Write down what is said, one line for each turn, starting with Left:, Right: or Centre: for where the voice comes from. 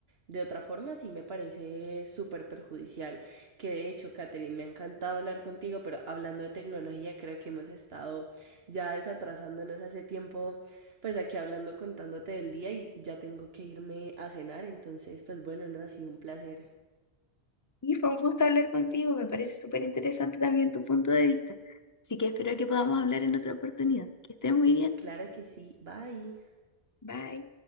Right: de otra forma sí me parece súper perjudicial. Que de hecho, Catherine, me ha encantado hablar contigo, pero hablando de tecnología creo que hemos estado ya desatrasándonos hace tiempo, pues aquí hablando, contándote del día y ya tengo que irme a cenar, entonces pues bueno, no ha sido un placer.
Left: Y fue un gusto hablar contigo, me parece súper interesante también tu punto de vista. Así que espero que podamos hablar en otra oportunidad. Que estés muy bien.
Right: Claro que sí, bye.
Left: Bye.